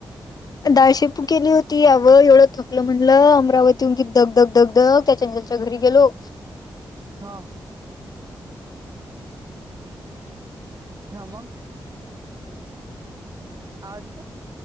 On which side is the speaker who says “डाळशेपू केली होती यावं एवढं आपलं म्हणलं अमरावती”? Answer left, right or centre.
Left